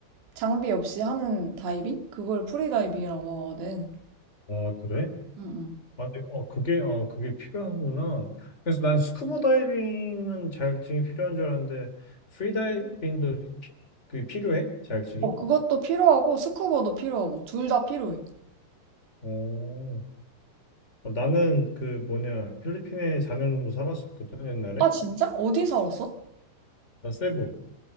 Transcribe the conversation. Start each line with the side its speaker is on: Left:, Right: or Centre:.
Right: 장비 없이 하는 다이빙? 그걸 프리다이빙이라고 하거든.
Left: 아, 그래?
Right: 응응.
Left: 아, 근데 어, 그게, 어, 그게 필요하구나. 그래서 난 스쿠버 다이빙은 자격증이 필요한 줄 알았는데, 프리다이빙도 피, 그게 필요해? 자격증이?
Right: 어, 그것도 필요하고 스쿠버도 필요하고 둘 다 필요해.
Left: 오. 어, 나는 그 뭐냐, 필리핀에 4년 정도 살았었거든, 옛날에.
Right: 아, 진짜? 어디 살았어?
Left: 나 세부,